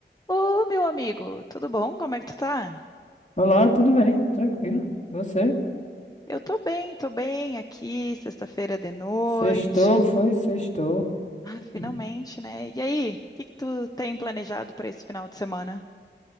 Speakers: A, on the left (about 20°); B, on the left (about 40°).
A: Ô, meu amigo, tudo bom? Como é que tu tá?
B: Olá, tudo bem? Tranquilo. E Você?
A: Eu tô bem, tô bem aqui, sexta-feira de noite.
B: Sextou, foi? Sextou.
A: Ah, finalmente,
B: Hum.
A: né? E aí, o que que tu tem planejado para esse final de semana?